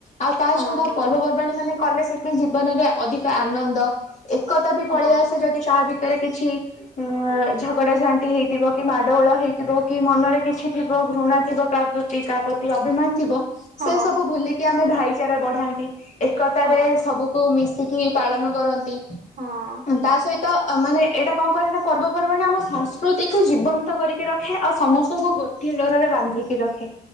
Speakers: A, on the left (about 50°); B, on the right (about 70°).
A: ଆଉ ତା
B: ହଁ
A: ଛଡା
B: ହଁ
A: ପର୍ବପର୍ବାଣି ମାନ କଲେ ସେଠି ଜୀବନରେ ଅଧିକ ଆନନ୍ଦ। ଏକତା ବି
B: ହଁ
A: ପଳେଇ ଆସେ, ଯଦି କା ଭିତରେ କିଛି ଉଁ ଝଗଡା ଝାଣ୍ଟି ହେଇଥିବ, କି ମାଡ଼ୋଗୋଳ ହେଇଥିବ, କି ମନରେ କିଛି ଥିବ ଘୃଣା ଥିବ କାହା ପ୍ରତି କାହା ପ୍ରତି ଅଭିମାନ ଥିବ
B: ହଁ
A: ସେ ସବୁ ଭୁଲିକି ଆମେ ଭାଇଚାରା ବଢାନ୍ତି। ଏକତାରେ
B: ହଁ ହଁ ହଁ ହଁ
A: ସବୁକୁ ମିଶିକି ପାଳନ କରନ୍ତି।
B: ହଁ ହଁ
A: ତା ସହିତ ତା ମାନେ ଏଇଟା କଣ କହଲ, ନା ପର୍ବପର୍ବାଣି ଆମ ସ ସଂସ୍କୃତିକୁ ଜୀବନ୍ତ କରିକି ରଖେ, ଆଉ ସମସ୍ତଙ୍କୁ ଗୋଟିଏ ଡୋରରେ ବାନ୍ଧିକି ରଖେ।